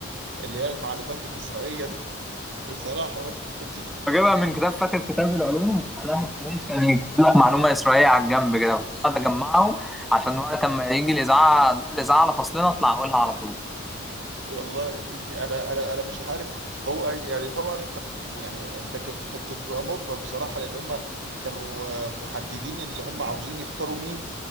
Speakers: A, on the right; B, in the centre.
A: اللي هي المعلومات الاسرائيليه دي <laughs> بصراحه ما كانتش
B: بجيبها من كتاب فاكر كتاب العلوم راح التاريخ كان يكتب لك معلومة إسرائيلية على الجنب كده كنت أقعد أجمعهم عشان وقت ما يجي الإذاعة دور الإذاعة على فصلنا أطلع أقولها على طول
A: والله دي انا انا انا مش عارف هو يعني طبعا انت من من- يعني انت كنت كنت تبقى مجبر بصراحه لان هم كانوا آه، محددين ان اللي هم عاوزين يختاروا مين